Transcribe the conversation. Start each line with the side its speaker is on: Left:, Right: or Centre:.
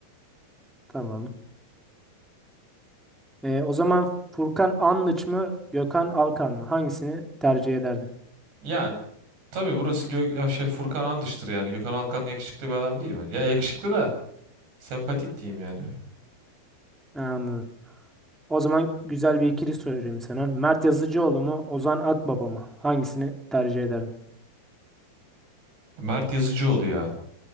Centre: Tamam. Ee, o zaman Furkan Anlıç mı, Gökhan Alkan mı? Hangisini tercih ederdin?
Right: Ya tabii burası Gö ya şey Furkan Andış'tır yani. Gökhan Alkan yakışıklı bir adam değil bence. Ya yakışıklı da sempatik diyeyim yani.
Centre: Ha, Anladım. O zaman güzel bir ikili sorayım sana. Mert Yazıcıoğlu mu, Ozan Akbaba mı? Hangisini tercih ederdin?
Right: Mert Yazıcıoğlu ya.